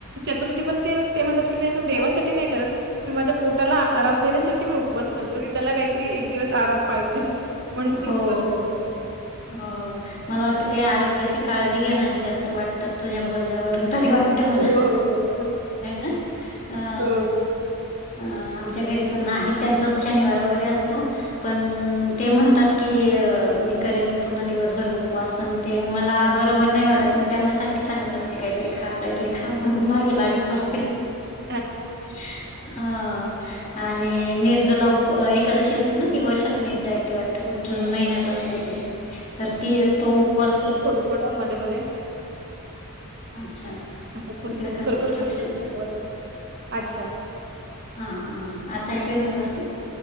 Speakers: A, on the right; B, on the left.
A: चतुर्थी पण ते ते म्हणतात की मी असं देवासाठी नाही करत मी माझ्या पोटाला आराम देण्यासाठी मी उपवास करतो की त्याला काहीतरी एक दिवस आराम. पाहिजे म्हणून ती
B: हो
A: उपज
B: हो.
A: करत असते
B: हो मला वाटत ते आरोग्याची काळजी घेेनारे जास्त वाटतात तुझ्या बोलन्यावरून तरी अट म्हणा
A: हो, हो.
B: ना अ
A: हो.
B: अ आमच्या घरी पण नाही त्यांचाच शनिवार वगैरे असतो पण ते म्हणतात की मी करेल पूर्ण दिवसभर उपवास पण ते मला बरोबर नाही वाटत मी त्यांना सारखे सांगत असते काहीतरी खा काहीतरी खा म्हणून मागे लागत असते
A: <inaudible>
B: <inaudible> हा आणि निर्ज लाव एखादशी असते ना ती वर्षातून एकदा येती वाटते जून महिन्यात असते ती तर ती तो उपवास करत
A: थोडा मध्ये मध्ये
B: अच्छा
A: र
B: इकडे कन्स्ट्रक्शन
A: खरखर खरखर देतो अच्छा
B: हा हा ह आता येतोय ना व्यवस्थित